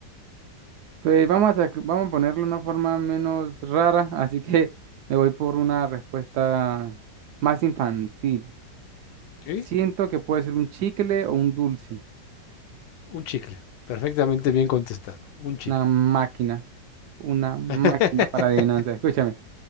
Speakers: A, on the right (about 70°); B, on the left (about 80°).
A: Pues vamos a, sac- vamos a ponerle una forma menos rara, así que <laughs> me voy por una respuesta más infantil.
B: ¿Sí?
A: Siento que puede ser un chicle o un dulce,
B: Un chicle. Perfectamente bien contestado. Un chicle.
A: una máquina, una máquina
B: <laughs>
A: para adivinanza. Escúchame.